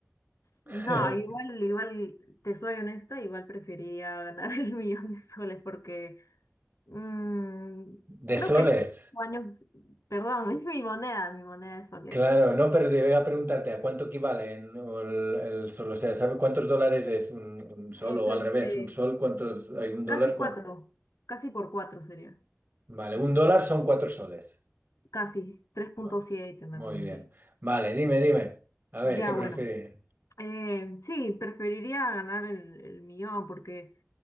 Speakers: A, on the left; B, on the right.
A: No,
B: <laughs>
A: igual, igual, te soy honesta, igual preferiría ganar el <laughs> millón de soles porque mm,
B: De
A: creo
B: soles,
A: que sí, cinco años, perdón, <laughs> es mi moneda, mi moneda de soles.
B: claro, no, pero te voy a preguntarte, ¿a cuánto equivale en- o el, el sol? O sea, ¿sabes cuántos dólares es un, un sol?
A: Es
B: O
A: este,
B: al revés, un sol, ¿cuántos hay un dólar?
A: casi cuatro,
B: cua-
A: casi por cuatro sería.
B: Vale,
A: Sí,
B: un
A: sí.
B: dólar son cuatro soles.
A: Casi, tres punto
B: Va,
A: siete una
B: Muy
A: cosa
B: bien.
A: así.
B: Vale, dime, dime. A
A: Ya,
B: ver, ¿qué prefieres?
A: bueno. Eh, sí, preferiría ganar el, el millón porque